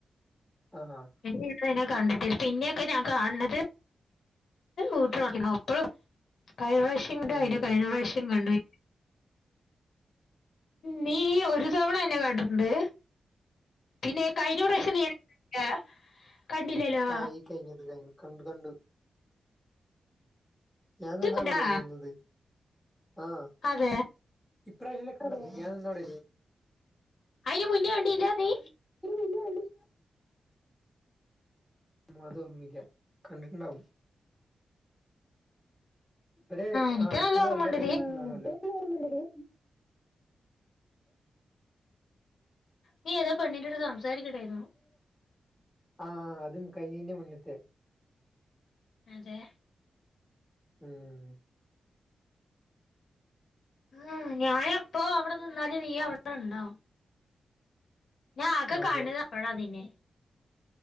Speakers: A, in the centre; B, on the left.
A: ആഹ്
B: ഇതിനെ കണ്ടിട്ടില്ല പിന്നെയൊക്ക ഞാൻ കാണത് ഊട്ടയ്ക്കണം അപ്പഴും കഴിഞ്ഞ പ്രാവശ്യം കണ്ട
A: ഉം
B: അയിന് കഴിഞ്ഞ പ്രാവശ്യം കണ്ടു നീ ഒരു തവണ എന്നെ കണ്ടിട്ടുണ്ട് പിന്നെ കഴിഞ്ഞ പ്രാവശ്യം നീ എന്നെ കണ്ടില്ലല്ലോ
A: ആ ഈ കഴിഞ്ഞത് കഴിഞ്ഞ് കണ്ട് കണ്ടു ഞാൻ
B: ഇജ്ജ്
A: നിന്നാടല്ലേ
B: കണ്ടാ
A: നിന്നത് ആഹ്
B: അതെ
A: ഈ പ്രാവശ്യക്ക ഞാൻ ഇന്നോട
B: അയിന് മുന്നേ കണ്ടീല്ല നീ
A: <unintelligible> അത് ഓർമ്മില്ല കണ്ടിട്ടുണ്ടാവും ഇവിടെ
B: എനിക്ക്
A: ആഹ് അടുത്തുള്ള
B: നല്ല ഓർമ്മണ്ട്
A: എല്ലാ പരിപാടികളും
B: നീ നീ ഏതോ പെണ്ണിന്റെ അടുത്ത് സംസാരിക്കണ്ടായിരുന്നു
A: ആഹ് അതും കഴിഞ്ഞീന്റെ മുന്നത്തെ
B: അതെ
A: ഉം
B: ആഹ് ഞാൻ എപ്പോ അവിടെ നിന്നല് നീ അവിടെ ഉണ്ടാവും ഞാൻ ആകെ കാണുക
A: അതെ
B: അപ്പഴാ നിന്നെ